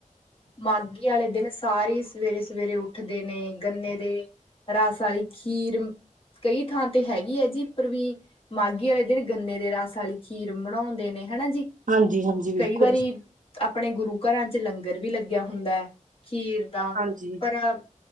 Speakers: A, on the left; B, on the right.
A: ਮ ਮਾਗੀ ਆਲੇ ਦਿਨ ਸਾਰੀ ਸਵੇਰੇ- ਸਵੇਰੇ ਉੱਠਦੇ ਨੇ, ਗੰਨੇ ਦੇ ਰਸ ਵਾਲੀ ਖੀਰ ਕਈ ਥਾਂ ਤੇ ਹੈਗੀ ਹੈ ਜੀ ਪਰਵੀ ਮਾਗੀ ਵਾਲੇ ਦਿਨ ਗੰਨੇ ਦੇ ਰਸ ਵਾਲੀ ਖੀਰ ਬਣਾਉਂਦੇ ਨੇ ਹੈਨਾ ਜੀ,
B: ਹਾਂਜੀ ਹਾਂਜੀ ਬਿਲਕੁਲ।
A: ਕਈ ਵਾਰੀ ਆਪਣੇ ਗੁਰੂ ਘਰਾਂ 'ਚ ਲੰਗਰ ਵੀ ਲੱਗਿਆ ਹੁੰਦਾ ਹੈ। ਖੀਰ ਦਾ
B: ਹਾਂਜੀ।
A: ਪਰ ਅ